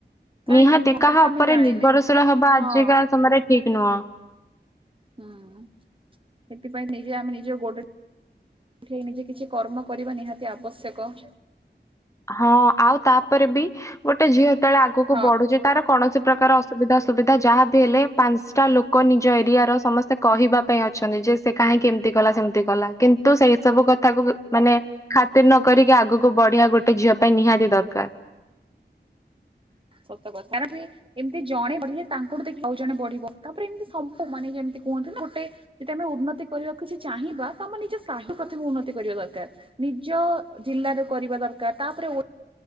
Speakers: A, on the right; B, on the left.
A: କାହିଁକି
B: ନିହାତି
A: କଥା
B: କାହା ଉପରେ
A: ଆମେ ଜାଣିନେ
B: ନିର୍ଭରଶୀଳ ହବା
A: ହଁ
B: ଆଜିକା ସମୟରେ ଠିକ୍ ନୁହଁ।
A: ହୁଁ। ସେଥିପାଇଁ ନିଜେ ଆମେ ନିଜ ଗୋଡରେ ସେଥିପାଇଁ ନିଜେ କିଛି କର୍ମ କରିବା ନିହାତି ଆବଶ୍ୟକ।
B: ହଁ ଆଉ ତାପରେ ବି ଗୋଟେ ଝିଅ ଯେତେବେଳେ ଆଗକୁ
A: ହଁ।
B: ବଢୁଚି ତାର କୌଣସି ପ୍ରକାର ଅସୁବିଧା ସୁବିଧା ଯାହାବି ହେଲେ ପାଞ୍ଚଟା ଲୋକ ନିଜ ଏରିଆର ସମସ୍ତ ସେ କହିବା ପାଇଁ ଅଛନ୍ତି ଯେ ସେ କାହିଁକି ଏମିତି କଲା ସେମିତି କଲା କିନ୍ତୁ ସେଇ ସବୁ କଥାକୁ ମାନେ ଖାତିରି ନ କରିକି ଆଗକୁ ବଢିବା ଗୋଟେ ଝିଅ ପାଇଁ ନିହାତି ଦରକାର।
A: ସତ କଥା। ଏମିତି ଜଣେ ବଢିଲେ ତାଙ୍କୁଠୁ ଦେଖି ଆଉ ଜଣେ ବଢିବ। ତାପରେ ଏମିତି ସବୁ ମାନେ ଯେମିତି କୁହନ୍ତି ନା ଗୋଟେ ଯଦି ଆମେ ଉନ୍ନତି କରିବାକୁ କିଛି ଚାହିଁବା ତ ଆମ ନିଜ ସାହି ପ୍ରଥମେ ଉନ୍ନତି କରିବା ଦରକାର। ନିଜ ଜିଲ୍ଲାରେ କରିବା ଦରକାର। ତାପରେ